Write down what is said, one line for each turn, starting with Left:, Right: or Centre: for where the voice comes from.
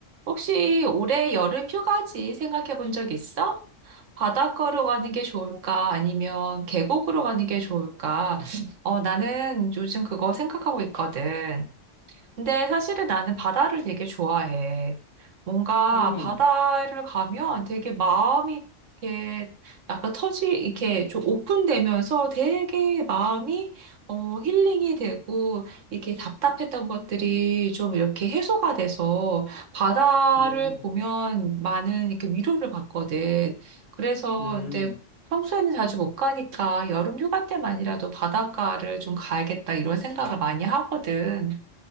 Right: 혹시 올해 여름 휴가지 생각해 본 적 있어? 바닷가로 가는 게 좋을까? 아니면 계곡으로 가는 게 좋을까? 어, 나는 요즘 그거 생각하고 있거든. 근데 사실은 나는 바다를 되게 좋아해. 뭔가
Left: 음,
Right: 바다를 가면 되게 마음이 이렇게 약간 터지, 이렇게 좀 오픈되면서 되게 마음이 어, 힐링이 되고 이렇게 답답했던 것들이 좀 이렇게 해소가 돼서 바다를
Left: 음,
Right: 보면 많은 이렇게 위로를 받거든. 그래서
Left: 음,
Right: 근데 평소에는 자주 못 가니까 여름 휴가 때만이라도 바닷가를 좀 가야겠다 이런 생각을 많이 하거든.